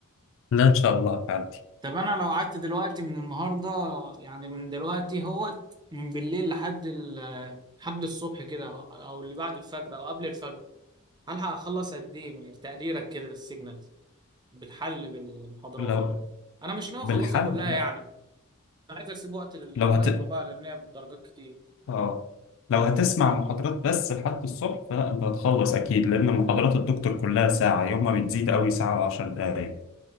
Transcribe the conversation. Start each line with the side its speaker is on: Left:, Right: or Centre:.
Left: لا ان شاء الله هتعدي
Right: طب انا لو قعدت دلوقتي من النهارده يعني من دلوقتي هو من بالليل لحد ال- لحد الصبح كده او اللي بعد الفجر او قبل الفجر هلحق اخلص قد ايه من تقديرك كده السيجنال بالحل بالمحاضرات
Left: لو
Right: انا مش ناوي
Left: بالحل
Right: اخلصها كلها يعني انا عايز اسيب وقت للمايكرو
Left: لو هت...
Right: بقى لان هي بدرجات كتير
Left: اه لو هتسمع محاضرات بس لحد الصبح فلا انت هتخلص اكيد لان محاضرات الدكتور كلها ساعة يوم ما بتزيد قوي ساعة وعشر دقايق